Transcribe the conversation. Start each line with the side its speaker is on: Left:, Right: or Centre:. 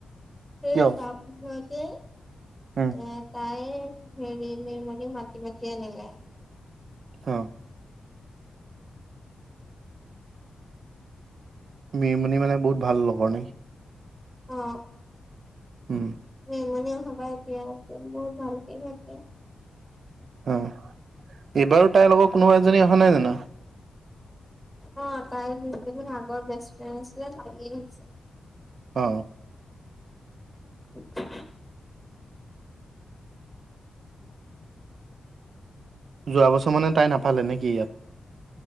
Centre: সেই
Right: কিয়?
Centre: তাৰপিছতেই
Right: উম
Centre: এ তাই হেৰি নি মেলি মাতি মাতি আনিলে।
Right: অ। মিৰমণি মানে বহুত ভাল লগৰ নেকি?
Centre: অ।
Right: উহ।
Centre: নিৰ্মালি অহা পা এতিয়া বহুত ভালকে ভাত খাই।
Right: অ এইবাৰো তাইৰ লগত কোনোবা এজনী অহা নাই জানো?
Centre: অ তাইৰোৰ আগৰ বেষ্ট ফ্ৰেণ্ড আছিলে তায়ে আহিছে।
Right: অ।
Centre: <inaudible>
Right: যোৱা বছৰ মানে তাই নাপালে নেকি ইয়াত?